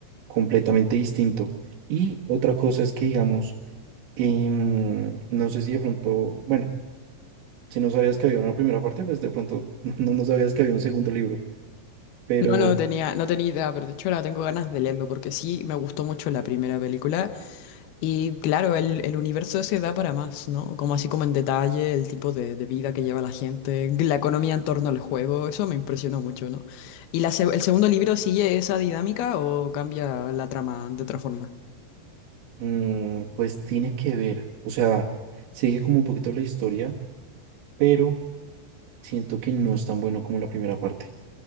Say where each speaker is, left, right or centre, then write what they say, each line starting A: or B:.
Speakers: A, on the right (about 75°); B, on the left (about 75°).
A: completamente distinto. Y otra cosa es que, digamos, em, no sé si de pronto, bueno, si no sabías que había una primera parte, pues de pronto <laughs> no, no sabías que había un segundo libro, pero
B: No, no tenía, no tenía idea, pero de hecho ahora tengo ganas de leerlo porque sí me gustó mucho la primera película y claro, el, el universo se da para más, ¿no? Como así como en detalle el tipo de, de vida que lleva la gente, la economía en torno al juego, eso me impresionó mucho, ¿no? ¿Y la, se- el segundo libro sigue esa dinámica o cambia la trama de otra forma?
A: mm, pues tiene que ver, o sea, sigue como un poquito la historia, pero siento que no es tan bueno como la primera parte.